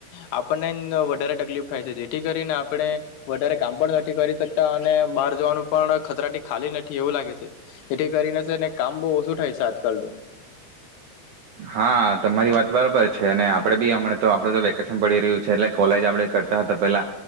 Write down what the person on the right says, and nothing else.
હા તમારી વાત બરાબર છે અને આપડે બી હમણા તો આપડ તો વેકેશન પડી રહ્યું છે એટલે કોલેજ આપડે કરતા હતા પેલા